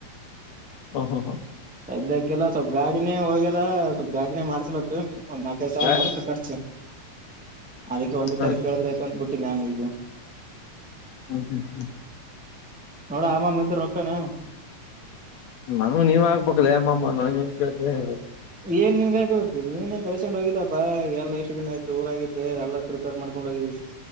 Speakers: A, on the left; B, in the centre.
A: ಹ್ಮ ಹ್ಮ ಹ್ಮ್
B: ಸದ್ಯಕ್ಕಿಲ್ಲ ಸ್ವಲ್ಪ್ ಗಾಡಿನೇ ಹೋಗ್ಯದ ಸ್ವಲ್ಪ್ ಗಾಡಿನೇ ಮಾಡ್ಸ್ಬೇಕ್ ಒಂದ ನಾಕ್ ನಾಕ
A: ಹಾ
B: ಐದ ಸಾವಿರ ಬರುತ್ತೆ ಖರ್ಚು ಅದಕ್ಕೆ ಒಂದೇ
A: ಹಾ
B: ಸಾರಿ
A: ಹ
B: ಕೇಳಿದ್ರ ಆಯ್ತ್ ಅಂತ ಬುಟ್ಟಿನ್ ನಾನು ಈಗ
A: ಹ್ಮ ಹ್ಮ ಹ್ಮ್
B: ನೋಡಮ್ಮ ಆಮಾಗ್ ಮತ್ತೆ ರೊಕ್ಕನ್
A: ನಮಗ ನೀವೆ ಹಾಕಬೇಕಲೇ ಮಾಮ್ಮ ನನಗೆ ಏನ್ ಕೇಳ್ತಲೇ
B: ಏನ್ ನಿನಗೆ ಹಾಕಬೇಕು ನೀನೇ ಗಳಸೆಂಡ್ ಹೋಗಿದ್ದಪ್ಪಾ ಎಲ್ಲ ಇಷ್ಟ ದಿನಾಯತ್ ಊರಾಗಿದ್ದ ಎಲ್ಲ ಪ್ರಿಪೇರ್ ಮಾಡ್ಕೊಂಡ ಹೋಗಿದ್ದೀ